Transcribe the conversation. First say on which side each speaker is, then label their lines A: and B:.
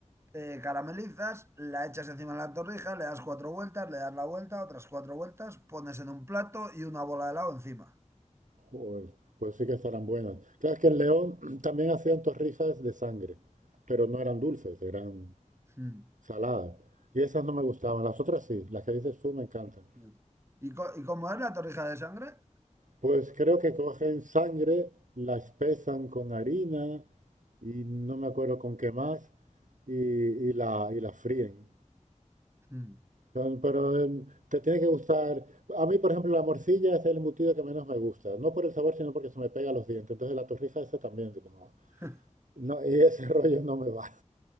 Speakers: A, on the right; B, on the right.
A: eh, caramelizas, la echas encima de la torrija, le das cuatro vueltas, le das la vuelta, otras cuatro vueltas, pones en un plato y una bola de helado encima.
B: Joder, pues sí que estarán buenas. Claro, es que en León <clears throat> también hacían torrijas de sangre, pero no eran dulces, eran
A: Mm,
B: saladas. Y esas no me gustaban. Las otras sí, las que dices tú me encantan.
A: mm. ¿Y, co- y cómo es la torrija de sangre?
B: Pues creo que cogen sangre, la espesan con harina y no me acuerdo con qué más y, y la, y la fríen.
A: Mm.
B: Pero, pero, em, te tiene que gustar. A mí, por ejemplo, la morcilla es el embutido que menos me gusta. No por el sabor, sino porque se me pega a los dientes. Entonces la torrija esa también, como...
A: <laughs>
B: No, y ese <laughs> rollo no me va.